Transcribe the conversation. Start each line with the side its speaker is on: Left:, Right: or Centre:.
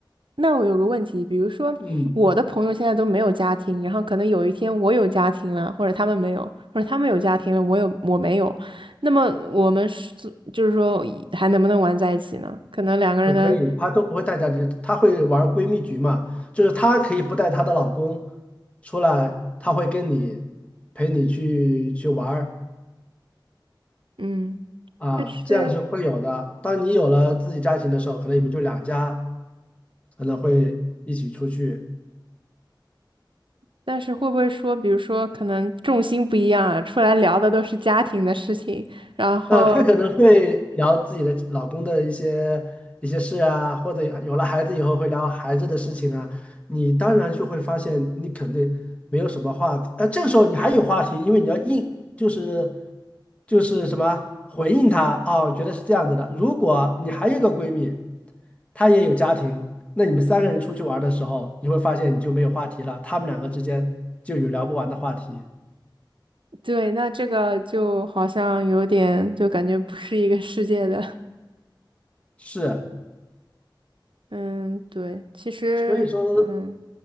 Right: 那我有个问题，比如说我的朋友现在都没有家庭，
Left: 嗯，
Right: 然后可能有一天我有家庭了，或者他们没有，或者他们有家庭了，我有我没有，那么我们是就是说还能不能玩在一起呢？可能两个人的
Left: 我可以，她都不会带家庭，她会玩闺蜜局嘛，就是她可以不带她的老公出来，她会跟你陪你去去玩儿。
Right: 嗯，
Left: 啊，
Right: 但是
Left: 这样是会有的。当你有了自己家庭的时候，可能你们就两家可能会一起出去，
Right: 但是会不会说，比如说可能重心不一样啊，出来聊的都是家庭的事情，然后
Left: 呃，她可能会聊自己的老公的一些一些事啊，或者有了孩子以后会聊孩子的事情啊。你当然就会发现，你肯定没有什么话题。呃，这个时候你还有话题，因为你要应，就是就是什么回应她啊，我觉得是这样子的。如果你还有一个闺蜜，她也有家庭，那你们三个人出去玩儿的时候，你会发现你就没有话题了，他们两个之间就有聊不完的话题。
Right: 对，那这个就好像有点就感觉不是一个世界的。
Left: 是，
Right: 嗯，对，其实，
Left: 所以说。
Right: 嗯，